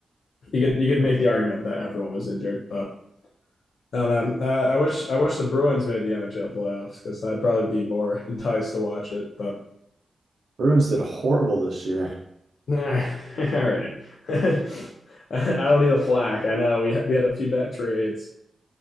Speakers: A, on the left; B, on the right.
A: you could you could make the argument that everyone was injured, but I don't know. Uh, I wish I wish the Bruins made the NHL playoffs because I'd probably be more enticed to watch it. But
B: Bruins did horrible this year.
A: All right. <laughs> All right. <laughs> I don't need the flack. I know we had, we had a few bad trades.